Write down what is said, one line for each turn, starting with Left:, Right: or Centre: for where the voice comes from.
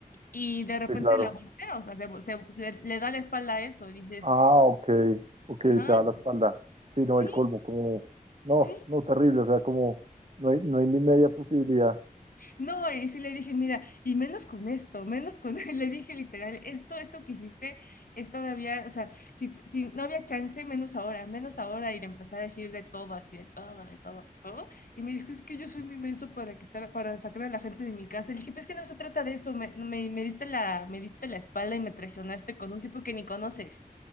Left: Y de repente
Right: Sí, claro.
Left: la voltea, o sea, se, se- se le, le da la espalda a eso y dices,
Right: Ah, ok, ok,
Left: ajá,
Right: te da la espalda. Sí, no,
Left: sí,
Right: el colmo, como, no,
Left: sí,
Right: no, terrible, o sea, como, no hay, no hay ni media posibilidad.
Left: No, y sí le dije, mira, y menos con esto, menos con, <laughs> le dije literal, esto, esto que hiciste es todavía, o sea, si, si no había chance, menos ahora, menos ahora, y le empecé a decir de todo, así, de todo, de todo, de todo, y me dijo, es que yo soy muy menso para quitar, para sacar a la gente de mi casa, le dije, pero es que no se trata de eso, me, me, me diste la, me diste la espalda y me traicionaste con un tipo que ni conoces,